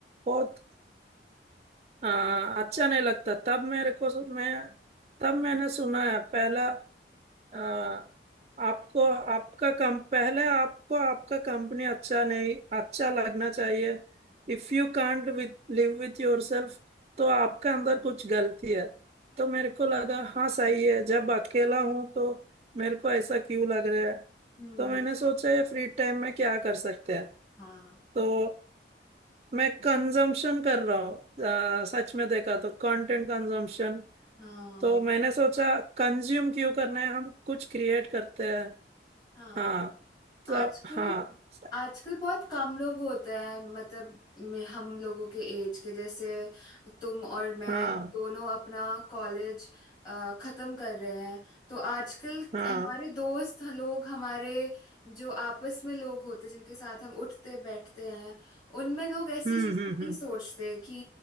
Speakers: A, on the right; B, on the left.
A: बहुत अ, अच्छा नहीं लगता तब मेरे को मैं तब मैंने सुना है पहला आ, आपको आपका कम पहले आपको आपका कंपनी अच्छा नहीं अच्छा लगना चाहिए If you can't with live with yourself तो आपका अंदर कुछ गलती है तो मेरे को लगा हाँ सही है जब अकेला हूं तो मेरे को ऐसा क्यों लग रहा है
B: हम्म
A: तो मैंने सोचा ये फ्री टाइम में क्या कर सकते हैं
B: हाँ
A: तो मैं कंजम्पशन कर रहा हूँ आ, सच में देखा तो कंटेंट कंजम्पशन
B: हाँ
A: तो मैंने सोचा कंज्यूम क्यों करना है हम कुछ क्रिएट करते हैं
B: हाँ
A: हाँ
B: आजकल
A: सब हाँ सब,
B: आजकल बहुत कम लोग होते हैं मतलब मे- हम लोगों के एज के जैसे तुम और मैं
A: हाँ
B: हम दोनों अपना कॉलेज खत्म कर रहे हैं तो आजकल
A: हाँ
B: हमारे दोस्त लोग हमारे जो आपस में लोग होते हैं जिनके साथ हम उठते बैठते हैं उनमें लोग ऐसी
A: हम्म
B: चीजें
A: हम्म
B: नहीं सोचते कि